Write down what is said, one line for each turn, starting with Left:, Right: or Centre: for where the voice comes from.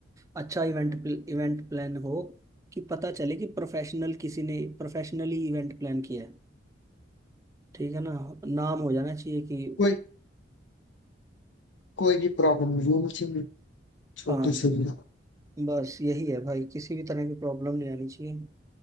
Right: अच्छा इवेंट इवेंट प्लान हो कि पता चले कि प्रोफेशनल किसी ने प्रोफेशनली इवेंट प्लान किया है ठीक है ना नाम हो जाना चाहिए कि
Left: कोई कोई भी प्रॉब्लम नहीं होनी चाहिए छोटी
Right: हाँ
Left: सी भी
Right: बस यही है भाई किसी भी तरह की प्रॉब्लम नहीं आनी चाहिए